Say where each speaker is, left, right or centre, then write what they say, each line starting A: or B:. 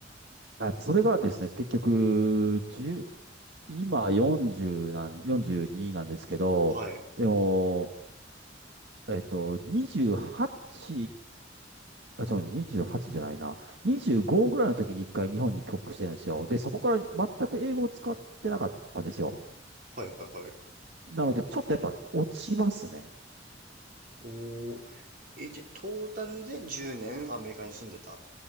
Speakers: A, on the right (about 65°); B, on the right (about 50°).
A: あ、それがですね、結局、1今40なん、42なんですけど、
B: はい。
A: でも、えっと、28、あ、違うね、28じゅうはちじゃないな。25ぐらいの時に一回日本に帰国してるんですよ。で、そこから全く英語を使ってなかったんですよ。
B: はいはいはい。
A: なので、ちょっとやっぱ落ちますね。
B: おー。え、じゃ、トータルで10年アメリカに住んでた。